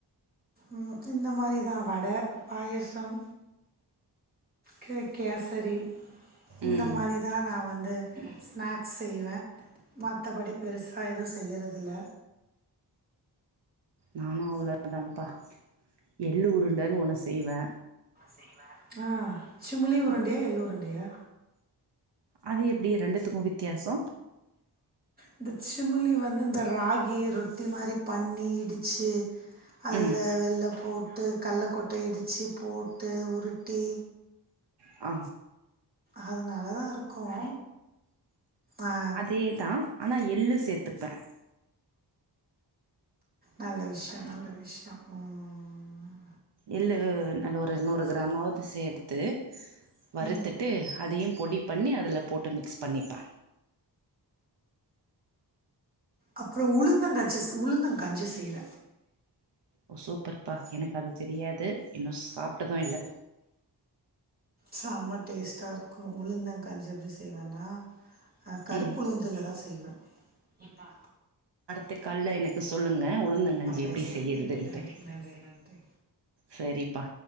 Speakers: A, on the right (about 20°); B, on the right (about 75°).
A: ம் இந்த மாரிதா வட பாயசம் கே கேசரி இந்த
B: ம்
A: மாரிதா நா வந்து ஸ்நாக்ஸ் செய்வே மத்தபடி பெருசா எதுவு செய்யறது இல்ல
B: நானு அவுல அதாப்பா எள்ள உருண்டன்னு ஒன்ன செய்வே
A: செய்வே ஆ சுமுலி உருண்டையா
B: அ
A: எள்ளு உருண்டையா
B: அது எப் ப்பிடி ரெண்டுத்துக்கு வித்தியாசோ
A: இந்த சிமிளி வந்து இந்த ராகி ரொட்டி மாரி பண்ணி இடிச்சி அதுல
B: ம்
A: வெள்ளம் போட்டு கல்ல கொட்ட இடிச்சி போட்டு உருட்டி
B: ஆ
A: அது நல்லாதான் இருக்கும் ஆ
B: அதேதான் ஆனா எள்ளு சேத்துப்பேன்
A: நல்ல விஷியம் நல்ல விஷியம் ம்
B: எள்ளு நல்ல ஒரு நூறு கிராமாவது சேத்து வறுத்துட்டு
A: ம்
B: அதையும் பொடி பண்ணி அதுல போட்டு மிக்ஸ் பண்ணிப்ப
A: அப்பறம் உளுந்தங்கச்சி உளுந்தங்கஞ்சி செய்வ
B: ஓ சூப்பர்ப்பா எனக்கு அது தெரியாது இன்னும் சாப்ட்டதும் இல்ல
A: செம டேஸ்ட்டா இருக்கும் உளுந்தங்கஞ்சி எப்டி செய்வேன்னா ஆ கருப்பு
B: ம்
A: உளுந்துலதான் செய்வன் ஏப்பா
B: துக்கால்ல எனக்கு சொல்லுங்க உளுந்தங்கஞ்சி
A: பேசலா
B: எப்டி செய்யறதுன்ட்டு
A: நன்றி நன்றி
B: செரிப்பா